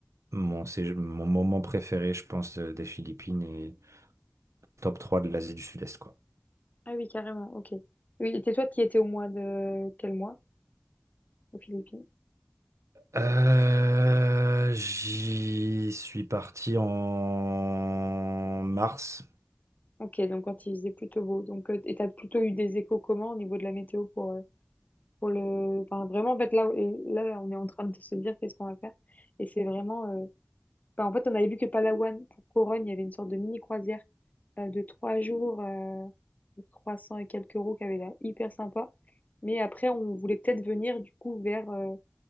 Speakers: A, on the right (about 80°); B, on the left (about 35°).
A: mon, c'est mon moment préféré, je pense, euh, des Philippines et top 3 de l'Asie du Sud-Est, quoi.
B: Ah oui, carrément. Ok. Oui, et toi, tu y étais au mois de quel mois aux Philippines?
A: Euh, j'y suis parti en mars.
B: Ok, donc quand il faisait plutôt beau. Donc, euh, et t'as plutôt eu des échos comment au niveau de la météo pour, euh, pour le enfin, vraiment en fait là et là on est en train de se dire qu'est-ce qu'on va faire et c'est vraiment euh, enfin, en fait on avait vu que Palawan pour Corogne il y avait une sorte de mini croisière euh, de trois jours euh, de 300 et quelques euros qui avait l'air hyper sympa mais après on voulait peut-être venir du coup vers euh,